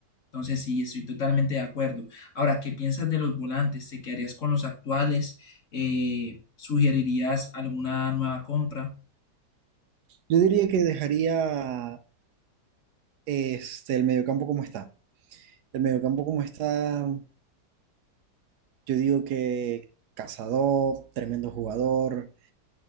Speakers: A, on the left; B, on the right.
A: Entonces, sí, estoy totalmente de acuerdo. Ahora, ¿qué piensas de los volantes? ¿Te quedarías con los actuales? Eh, ¿sugerirías alguna nueva compra?
B: Yo diría que dejaría este, el mediocampo como está. El mediocampo como está, yo digo que Cazador, tremendo jugador.